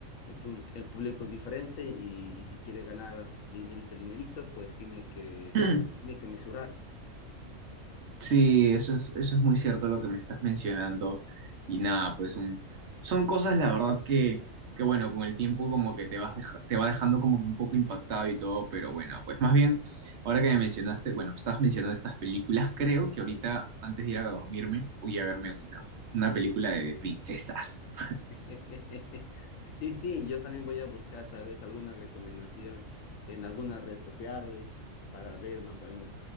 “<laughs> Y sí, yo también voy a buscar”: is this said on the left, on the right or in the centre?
Left